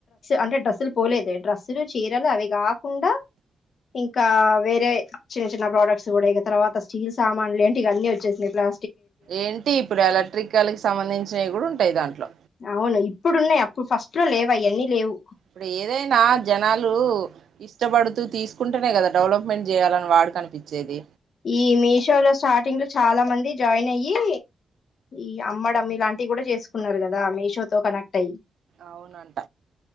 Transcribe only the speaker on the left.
అంటే డ్రస్సులు పోలేదు డ్రస్సులు, చీరలు అవి కాకుండా ఇంకా వేరే చిన్న చిన్న ప్రోడక్ట్స్ కూడా ఇక తర్వాత స్టీల్ సామాన్లు ఏంటి ఇవన్నీ వచ్చేసాయి ప్లా
అవును ఇప్పుడు ఉన్నాయి అప్పుడు ఫస్ట్ లో లేవు అవన్నీ లేవు
ఈ మీషో లో స్టార్టింగ్ లో చాలా మంది జాయిన్ అయ్యి ఈ అమ్మడం ఇలాంటివి కూడా చేసుకున్నారు కదా మేషోతో కనెక్ట్ అయ్యి